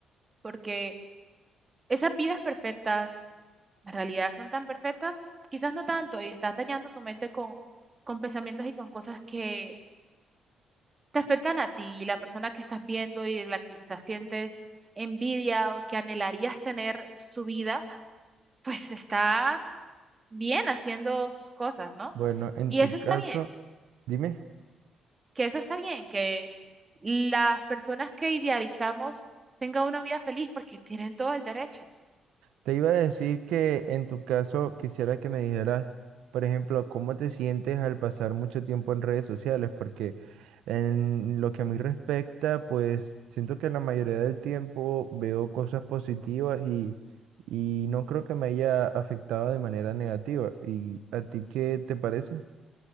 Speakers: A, on the right; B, on the right.
A: porque esas vidas perfectas en realidad son tan perfectas, quizás no tanto, y estás dañando tu mente con, con pensamientos y con cosas que te afectan a ti y la persona que estás viendo y de la que quizás sientes envidia o que anhelarías tener su vida, pues está bien haciendo sus cosas, ¿no?
B: Bueno, en
A: Y
B: tu
A: eso está
B: caso,
A: bien,
B: dime.
A: que eso está bien, que las personas que idealizamos tengan una vida feliz porque tienen todo el derecho.
B: Te iba a decir que en tu caso quisiera que me dijeras, por ejemplo, cómo te sientes al pasar mucho tiempo en redes sociales, porque en lo que a mí respecta, pues siento que la mayoría del tiempo veo cosas positivas y, y no creo que me haya afectado de manera negativa. ¿Y a ti qué te parece?